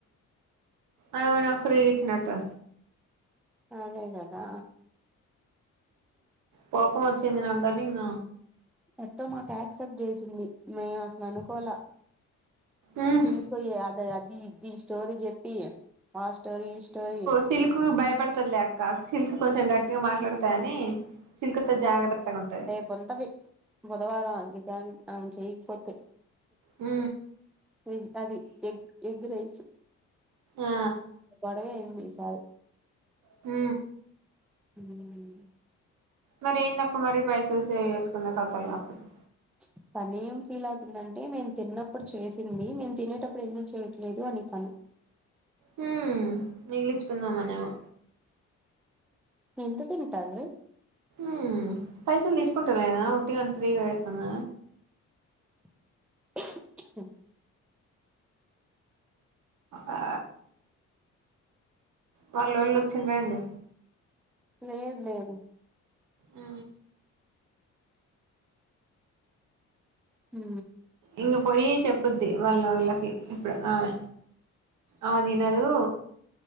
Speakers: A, on the right (about 80°); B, in the centre.
A: ఆమె ఏదో ఫ్రీగా ఇచ్చినట్టు
B: అదేకదా
A: కోపం వచ్చింది నాకు కనింక
B: ఎట్టో మాకు యాక్సెప్ట్ చేసింది మేము అసలు అనుకోలా
A: ఉమ్
B: సిల్కోయ అద అది ఇది స్టోరీ చెప్పి ఆ స్టోరీ ఈ స్టోరీ
A: సిల్క్ భయపడతుంది లే అక్క సిల్క్ కొంచెం గట్టిగా మాట్లాడతా అని సిల్కొ తో జాగ్రత్త గుంటది
B: కొంటది బుధవారం ఆను చేయకపోతే
A: ఉ
B: వెజ్ అది ఎగ్ ఎగ్ రైస్
A: ఆ
B: తడవే ఏమిసార్
A: హ
B: హ్మ్
A: మరి ఏందక్క మరి పైసలు సేవ్ చేసుకున్నాక కాకపోటి
B: <inaudible> తని ఏం ఫీల్ అవుందంటే నేను తిన్నప్పుడు చేసింది నేను తినేటప్పుడు ఎందుకు చేయట్లేదు అని తను
A: హుమ్ మిగిలిచుకుందామనేమో
B: ఎంత తింటారు
A: ఉ పైసలు తీసుకుంట లేదా ఒట్టిగాని ఫ్రీగా వేస్తంద
B: <inaudible>
A: ఆ వాల్లోళ్ళు వచ్చి పోయింది
B: లేదు లేదు
A: ఉ
B: హ
A: ఇంగ పోయి చెప్పుద్ది వాళ్ళ వాళ్ళకి ఇప్పుడు ఆమె ఆమె తినదు